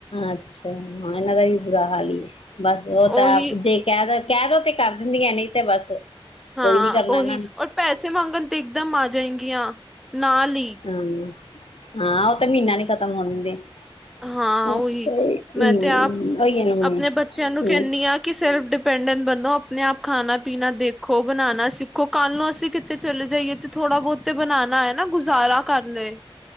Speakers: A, on the left; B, in the centre.
A: ਅੱਛਾ ਹਾਂ, ਇਹਨਾਂ ਦਾ ਵੀ ਬੁਰਾ ਹਾਲ ਹੀ ਹੈ। ਬਸ ਉਹ ਤਾਂ
B: ਉਹੀ
A: ਜੇ ਕਹਿਤਾ ਕਹਿ ਦੋ ਤੇ ਕਰ ਦਿੰਦੀਆਂ ਨਹੀਂ ਤੇ ਬਸ
B: ਹਾਂ,
A: ਕੋਈ ਨੀ ਕਰਨਾ
B: ਉਹੀ
A: ਇਹਨਾਂ ਨੇ
B: ਔਰ ਪੈਸੇ ਮੰਗਣ ਤੇ ਇਕਦਮ ਆ ਜਾਏਗੀ। <unintelligible> ਨਾਲ ਈ
A: ਹਾਂ ਹਾਂ ਤਾਂ ਮਹੀਨਾ ਨੀ ਖਤਮ ਹੋਣ ਦਿੰਦੇ।
B: ਹਾਂ
A: ਹਮ
B: ਉਹੀ ਮੈਂ ਤੇ ਆਪ
A: ਉਹੀ ਹੈ ਨਾ
B: ਆਪਣੇ ਬੱਚਿਆਂ ਨੂੰ
A: ਹਮ
B: ਕਹਿੰਦੀ ਹਾਂ ਕਿ ਸੈਲਫ ਇਨਡੀਪੇਂਡਡ ਆਪਣੇ ਆਪ ਖਾਣਾ ਪੀਣਾ ਦੇਖੋ, ਬਣਾਉਣਾ ਸਿੱਖੋ, ਕੱਲ ਨੂੰ ਅਸੀਂ ਕਿਤੇ ਚਲੇ ਜਾਈਏ ਤੇ ਥੋੜਾ ਬਹੁਤ ਬਣਾਉਣਾ ਹੈ ਨਾ ਗੁਜ਼ਾਰਾ ਕਰ ਲਏ।